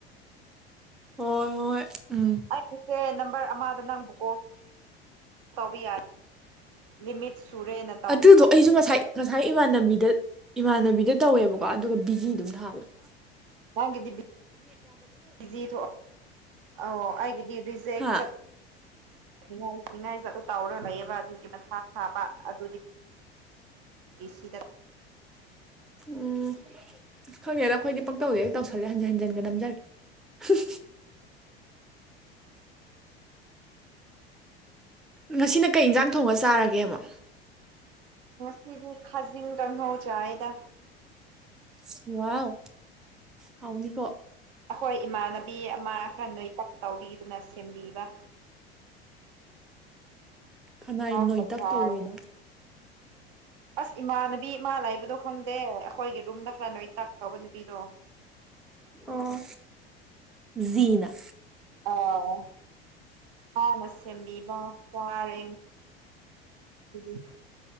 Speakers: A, in the centre; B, on the right (about 55°).
A: ꯍꯣꯏ ꯍꯣꯏ ꯎꯝ
B: ꯑꯩꯒꯤꯁꯦ ꯅꯝꯕꯔ ꯑꯃꯗ ꯅꯪꯕꯨ ꯀꯣꯜ ꯇꯧꯕ ꯌꯥꯗꯦ ꯂꯤꯃꯤꯠ ꯁꯨꯔꯦ ꯅ
A: ꯑꯗꯨꯗꯣ ꯑꯩꯁꯨ ꯉꯁꯥꯏ ꯉꯁꯥꯏ ꯏꯃꯥꯟꯅꯕꯤꯗ ꯏꯃꯥꯟꯅꯕꯤꯗ ꯇꯧꯋꯦꯕꯀꯣ ꯑꯗꯨꯒ ꯕꯤꯖꯤ ꯑꯗꯨꯝ ꯊꯥꯕꯅꯦ
B: ꯅꯪꯒꯤꯗꯤ ꯕꯤꯖꯤ ꯊꯣꯛ ꯑ ꯑꯩꯒꯤꯗꯤ ꯔꯤꯖꯦꯛ
A: ꯍꯥ
B: ꯆꯠ ꯅꯤꯡꯉꯥꯏ ꯅꯤꯡꯉꯥꯏ ꯑꯗꯨ ꯇꯧꯔ ꯂꯩꯌꯦꯕ ꯑꯗꯨꯒꯤ ꯃꯊꯥ ꯁꯥꯥꯕ ꯑꯗꯨꯗꯤ ꯑꯦꯁꯤꯗ
A: ꯎꯝ ꯑꯁ ꯈꯪꯗꯦꯗ ꯑꯩꯈꯣꯏꯗꯤ ꯄꯪꯇꯧꯗ ꯍꯦꯛ ꯇꯧꯁꯜꯂꯦ ꯍꯟꯖꯤꯟ ꯍꯟꯖꯤꯟꯒ ꯅꯝꯖꯤꯜꯂꯦ
B: <inaudible>
A: ꯉꯁꯤꯅ ꯀꯩ ꯌꯦꯟꯖꯥꯡ ꯊꯣꯡꯉ ꯆꯥꯔꯒꯦꯕ
B: ꯉꯁꯤꯗꯨ ꯈꯖꯤꯡ ꯀꯡꯍꯧ ꯆꯥꯌꯦꯗ
A: ꯏꯁ ꯋꯥꯎ ꯍꯥꯎꯅꯤ ꯀꯣ
B: ꯑꯩꯈꯣꯏ ꯏꯃꯥꯟꯅꯕꯤ ꯑꯃ ꯈꯔ ꯅꯣꯏꯇꯛ ꯇꯧꯕꯤꯗꯨꯅ ꯁꯦꯝꯕꯤꯕ
A: ꯀꯅꯥꯏ
B: ꯍ
A: ꯅꯣꯏꯇꯛ
B: ꯊ
A: ꯇꯧꯔꯤꯅꯣ
B: <unintelligible> ꯑꯁ ꯏꯃꯥꯅꯕꯤ ꯑꯃ ꯂꯩꯕꯗꯣ ꯈꯪꯗꯦ ꯑꯩꯈꯣꯏꯒꯤ ꯔꯨꯝꯗ ꯈꯔ ꯅꯣꯏꯇꯛ ꯇꯧꯕ ꯅꯨꯄꯤꯗꯣ
A: ꯑꯣ ꯖꯤꯅ
B: ꯑꯥ ꯃꯥꯅ ꯁꯦꯝꯕꯤꯕ ꯋꯥꯔꯦꯡ ꯎ <unintelligible>